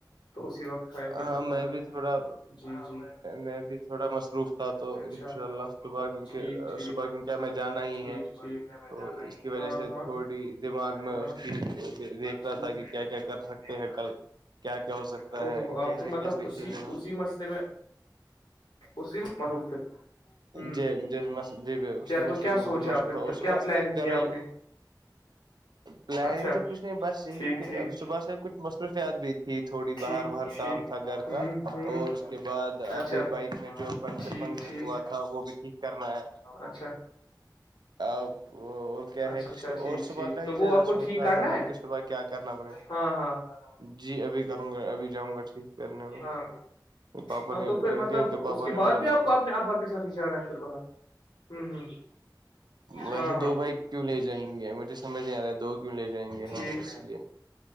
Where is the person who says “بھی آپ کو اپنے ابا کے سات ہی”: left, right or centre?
Left